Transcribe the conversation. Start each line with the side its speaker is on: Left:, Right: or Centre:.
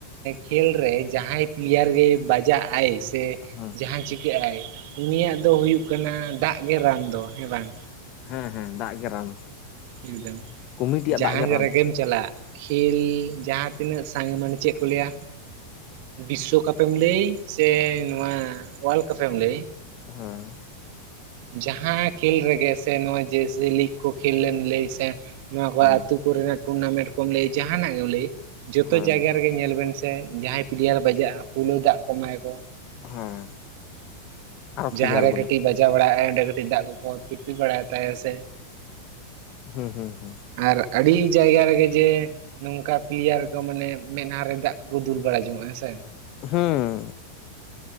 Right: ᱠᱷᱮᱞ ᱨᱮ ᱡᱟᱦᱟᱸᱭ ᱯᱞᱤᱭᱟᱨ ᱜᱮᱭ ᱵᱟᱡᱟᱜ ᱟᱭ ᱥᱮ
Left: ᱦᱮᱸ
Right: ᱡᱟᱦᱟᱸ ᱪᱤᱠᱟᱹᱜ ᱟᱭ ᱩᱱᱤᱭᱟᱜ ᱫᱚ ᱦᱩᱭᱩᱜ ᱠᱟᱱᱟ ᱫᱟᱜ ᱜᱮ ᱨᱟᱱ ᱫᱚ ᱦᱮᱸ ᱵᱟᱝ?
Left: ᱦᱮᱸ ᱦᱮᱸ ᱫᱟᱜ ᱜᱮ ᱨᱟᱱ᱾
Right: ᱮᱠᱫᱚᱢ
Left: ᱠᱚᱢᱤᱴᱤᱭᱟᱜ
Right: ᱡᱟᱦᱟᱸ
Left: ᱫᱟᱜ
Right: ᱜᱮ
Left: ᱨᱟᱱ
Right: ᱨᱮᱜᱮᱢ ᱪᱟᱞᱟᱜ ᱠᱷᱮᱞ ᱡᱟᱦᱟᱸ ᱛᱤᱱᱟᱹᱜ ᱥᱟᱜ ᱢᱟᱱᱮ ᱪᱮᱫ ᱠᱚ ᱞᱟᱹᱭᱟ, ᱵᱤᱥᱥᱚᱠᱟᱯᱮᱢ ᱞᱟᱹᱭ ᱥᱮ ᱱᱚᱣᱟ ᱚᱣᱟᱞ ᱠᱟᱯᱮᱢ ᱞᱟᱹᱭ,
Left: ᱦᱮᱸ
Right: ᱡᱟᱦᱟᱸ ᱠᱷᱮᱞ ᱨᱮᱜᱮ ᱥᱮ ᱱᱚᱣᱟ ᱡᱮᱥᱮ ᱞᱤᱜᱽ ᱠᱚ ᱠᱷᱮᱞ ᱞᱮᱢ ᱞᱟᱹᱭ ᱥᱮ ᱱᱚᱣᱟ ᱠᱚ
Left: ᱦᱮᱸ
Right: ᱟᱹᱛᱩ ᱠᱚᱨᱮᱱᱟᱜ ᱴᱩᱨᱱᱟᱢᱮᱱᱴ ᱠᱚᱢ ᱞᱟᱹᱭ ᱡᱟᱦᱱᱟᱜ ᱜᱮᱢ ᱞᱟᱹᱭ ᱡᱚᱛᱚ
Left: ᱦᱮᱸ
Right: ᱡᱟᱭᱜᱟ ᱨᱮᱜᱮ ᱧᱮᱞ ᱵᱮᱱ ᱥᱮ ᱥᱮ ᱡᱟᱦᱟᱸᱭ ᱯᱤᱞᱮᱟᱨ ᱵᱟᱡᱟᱜᱼᱟ, ᱯᱩᱭᱭᱳ ᱫᱟᱜ ᱠᱚ ᱮᱢᱟᱭᱟ ᱠᱚ
Left: ᱦᱮᱸ ᱟᱨᱚ ᱠᱷᱤᱞᱮ
Right: ᱡᱟᱦᱟᱸ
Left: ᱟᱬᱜᱚᱱᱟ
Right: ᱨᱮᱜᱮ ᱠᱟᱹᱴᱤᱡ ᱵᱟᱡᱟᱣ ᱵᱟᱲᱟᱭ ᱟᱭ ᱚᱸᱰᱮ ᱠᱟᱹᱴᱤᱡ ᱫᱟᱜ ᱠᱚᱠᱚ ᱛᱤᱯᱤ ᱵᱟᱲᱟᱭ ᱛᱟᱭᱟ ᱥᱮ
Left: ᱦᱩᱸ ᱦᱩᱸ ᱦᱩᱸ
Right: ᱟᱨ ᱟᱹᱰᱤ ᱡᱟᱭᱜᱟ ᱨᱮᱜᱮ ᱡᱮ ᱱᱚᱝᱠᱟ ᱯᱞᱮᱭᱟᱨ ᱠᱚ ᱢᱟᱱᱮ ᱢᱮᱫᱦᱟ ᱨᱮ ᱫᱟᱜ ᱠᱚᱠᱚ ᱫᱩᱞ ᱵᱟᱲᱟ ᱡᱚᱝᱚᱜᱼᱟ ᱦᱮᱸ ᱥᱮ
Left: ᱦᱩᱸ